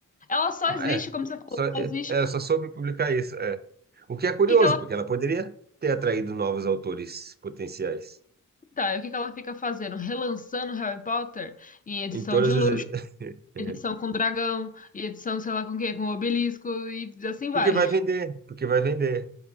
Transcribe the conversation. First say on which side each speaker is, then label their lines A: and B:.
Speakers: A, on the left; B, on the right.
A: Ela só existe,
B: É,
A: como você falou,
B: só, é,
A: só existe
B: é,
A: para
B: só
A: o
B: soube publicar isso. É. O que é curioso,
A: que que ela
B: porque ela poderia ter atraído novos autores potenciais.
A: tá, o que que ela fica fazendo, relançando Harry Potter em edição
B: Em todas
A: de luxo,
B: as... <laughs>
A: edição com dragão, e edição sei lá com o quê, com obelisco e assim vai.
B: Porque vai vender, porque vai vender.